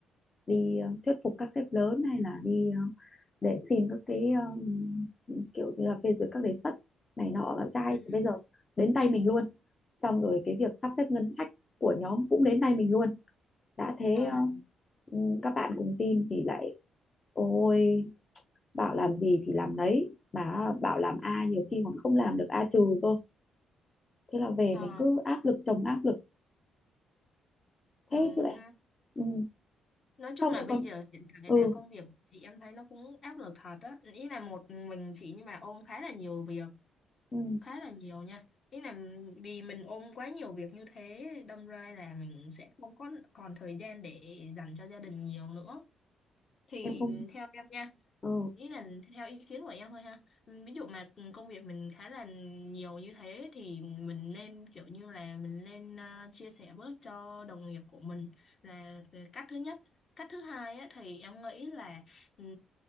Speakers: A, on the left (about 30°); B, on the left (about 45°).
A: đi ờ, thuyết phục các sếp lớn hay là đi ờ, để xin các cái um, kiểu như là phê duyệt các đề xuất này nọ là trai
B: ừ
A: thì bây giờ đến tay mình luôn xong rồi cái việc sắp xếp ngân sách của nhóm cũng đến tay mình luôn đã thế
B: ờ
A: ờ, các bạn cùng team thì lại ôi bảo làm gì thì làm đấy mà bảo làm A nhiều khi còn không làm được A trừ cơ thế là về
B: ờ
A: mình cứ áp lực chồng áp lực
B: ờ
A: thế chứ lại
B: ha
A: ừ.
B: nói chung
A: xong
B: là
A: rồi
B: bây
A: còn
B: giờ hiện tại
A: ừ,
B: là công việc chị em thấy nó cũng áp lực thật á ý là một mình chị nhưng mà ôm khá là nhiều việc
A: ừ
B: khá là nhiều nha ý là vì mình ôm quá nhiều việc như thế đâm ra là mình sẽ không có còn thời gian để dành cho gia đình nhiều nữa thì
A: em không
B: theo em nha
A: ừ,
B: ý là theo ý kiến của em thôi ha Ừ, ví dụ mà công việc mình khá là nhiều như thế thì mình nên kiểu như là mình nên ờ, chia sẻ bớt cho đồng nghiệp của mình là cái cách thứ nhất cách thứ hai á, thì em nghĩ là ừm,